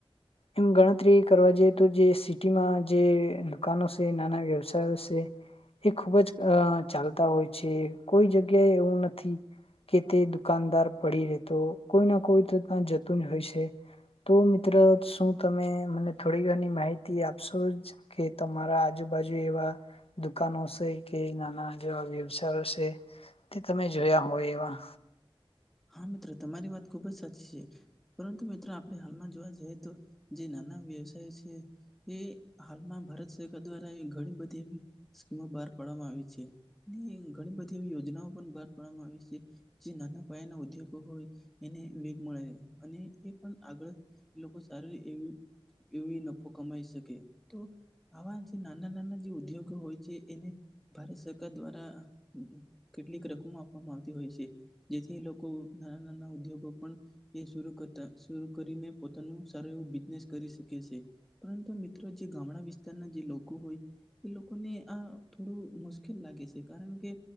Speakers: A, on the left (about 75°); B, in the centre.
A: એમ ગણતરી કરવા જઈએ તો જે સિટીમાં જે દુકનો છે નાના વ્યવસાયો છે એ ખૂબ જ અ ચાલતા હોય છે કોઈ જગ્યાએ એવું નથી કે તે દુકાનદાર પડી રતો કોઈ ના કોઈ તો ત્યાં જતું જ હોય છે તો મિત્ર શ તમે મને થોડી ઘની માહિતી આપશો જ કે તમારા આજુબાજુ એવા દુકાનો છે કે નાના જેવા વ્યવસાયો છે તે તમે જોયા હોય એવા
B: હા મિત્રો તમારી વાત ખુબ જ સાચી છે પરંતુ મિત્રો આપણે હાલમાં જોવા જઈએ તો જે નાના વ્યવસાય છે એ હાલમાં ભારત સરકાર દ્વારા ઘણી બધી એવી સ્કીમો બહાર પાડવામાં આવી છે અને ઘણી બધી એવી યોજનાઓ પણ આવે છે જે નાના યા ના ઉદ્યોગો હોય એને વેગ મળે અને એ પણ આગળ લોકો સારી એવી એવી નફો કમાઈ શકે તો આવા જે નાના નાના જે ઉદ્યોગો હોય છે એને ભારત સરકાર દ્વારા કેટલીક રકમો આપવામાં આવતી હોય છે જેથી લોકો નાના નાના ઉદ્યોગો પણ એ કરતા શ કરીને પોતાનું સારું એવું બિઝનેસ કરી શકે છે પરંતુ મિત્રો જે ગામડા વિસ્તારના જે લોકો હોય એ લોકોને આ થોડું મુશ્કેલ લાગે છે કારણ કે